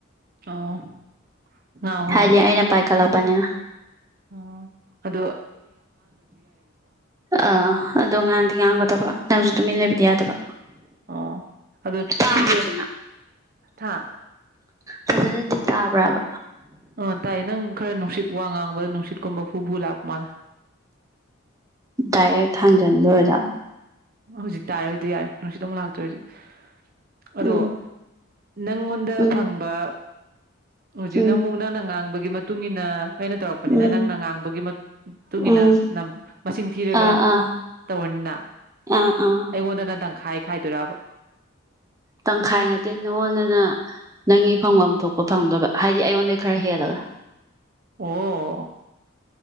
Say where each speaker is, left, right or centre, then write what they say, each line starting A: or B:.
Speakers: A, on the right; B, on the right.
A: ꯑꯣ ꯉꯥꯡꯉꯣ
B: ꯍꯥꯏꯗꯤ
A: ꯉꯥꯡꯉꯣ
B: ꯑꯩꯅ ꯄꯥꯏꯈꯠꯂꯛꯄꯅꯤ
A: ꯑꯣ ꯑꯗꯨ
B: ꯑꯥ ꯑꯗꯣ ꯉꯥꯡꯗꯤ ꯉꯥꯡꯒꯗꯕ ꯅꯪꯁꯨ ꯇꯨꯃꯤꯟ ꯂꯩꯕꯗꯤ ꯌꯥꯗꯕ
A: ꯑꯣ ꯑꯗꯣ
B: ꯇꯥꯕ꯭ꯔꯣ
A: ꯁꯤꯁꯦ
B: ꯐꯖꯟꯅ
A: ꯊꯥ
B: ꯐꯖꯟꯅꯗꯤ ꯇꯥꯕ꯭ꯔꯥꯕ
A: ꯑꯥ ꯇꯥꯏꯌꯦ ꯅꯪ ꯈꯔ ꯅꯨꯡꯁꯤꯠ ꯋꯥ ꯉꯥꯡꯕꯗ ꯅꯨꯡꯁꯤꯠꯀꯨꯝꯕ ꯐꯨꯐꯨ ꯂꯥꯛꯄ ꯃꯥꯜꯂꯦ
B: ꯗꯥꯏꯔꯦꯛ ꯊꯥꯡꯖꯟꯕꯩ ꯑꯣꯢꯖꯥꯠꯂꯥ
A: ꯍꯧꯖꯤꯛ ꯇꯥꯏꯔꯗꯤ ꯌꯥꯔꯦ ꯅꯨꯡꯁꯤꯠꯇꯣ ꯑꯃꯨꯛ ꯂꯥꯛꯇ꯭ꯔꯦ ꯍꯧꯖꯤꯛ ꯑꯗꯣ
B: ꯎꯝ
A: ꯅꯪꯉꯣꯟꯗ
B: ꯎꯝ
A: ꯐꯪꯕ ꯍꯧꯖꯤꯛꯅ
B: ꯎꯝ
A: ꯑꯃꯨꯛ ꯅꯪꯅ ꯉꯥꯡꯕꯒꯤ ꯃꯇꯨꯡ ꯏꯟꯅ ꯑꯩꯅ ꯇꯧꯔꯛꯄꯅꯤꯅ
B: ꯎꯝ
A: ꯅꯪꯅ ꯉꯥꯡꯕꯒꯤ ꯃꯇꯨꯡ ꯏꯟꯅ
B: ꯎꯝ
A: ꯅ ꯃꯁꯤꯡ ꯊꯤꯔꯒ
B: ꯑꯥ ꯑꯥ
A: ꯇꯧꯔꯅꯤꯅ
B: ꯑꯥ ꯑꯥ
A: ꯑꯩꯉꯣꯟꯗꯅ ꯇꯪꯈꯥꯏ ꯈꯥꯏꯗꯣꯏꯣꯔꯕ
B: ꯇꯪꯈꯥꯏ ꯅꯠꯇꯦ ꯅꯉꯣꯟꯗꯅ ꯅꯪꯒꯤ ꯐꯪꯐꯝ ꯊꯣꯛꯄ ꯐꯪꯗꯣꯏꯕ ꯍꯥꯏꯗꯤ ꯑꯩꯉꯣꯟꯗꯩ ꯈꯔ ꯍꯦꯜꯂꯒ
A: ꯑꯣ